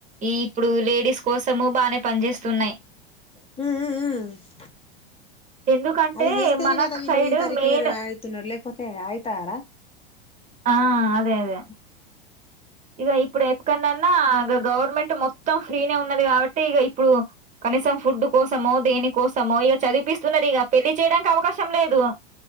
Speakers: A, on the right; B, on the left.
A: ఈ ఇప్పుడు లేడీస్ కోసము బానే పనిచేస్తున్నాయి
B: హు హు
A: ఎందుకంటే
B: అవి చేస్తేనే
A: మన
B: కదా వీళ్ళు
A: సైడ్
B: ఇన్త రిక్వైర్ఆయితున్నారు
A: మెయిన్
B: లేకపోతే ఆయిత అార
A: ఆ అదె అదె ఇక ఇప్పుడు ఎప్పుకనన్నా ఇ గవర్నమెంట్ టు మొత్తం ఫ్రీనే ఉన్నది కాబట్టి ఇక ఇప్పుడు కనీసం ఫుడ్ కోసమో దేని కోసమో ఇక చదివి పిస్తున్నదిక పెళ్లి చేయడానికి అవకాశం లేదు